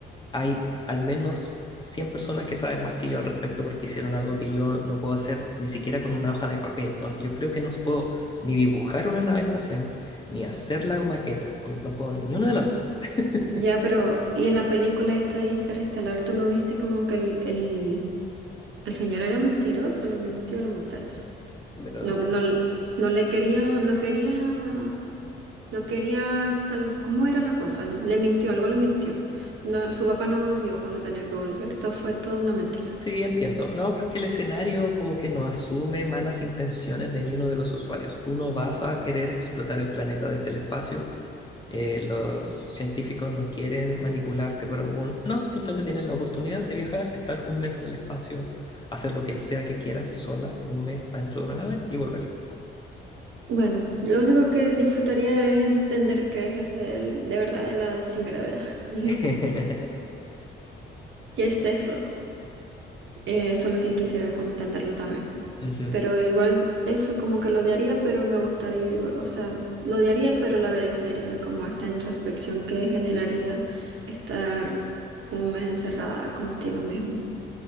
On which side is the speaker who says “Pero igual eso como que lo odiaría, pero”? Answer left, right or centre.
Right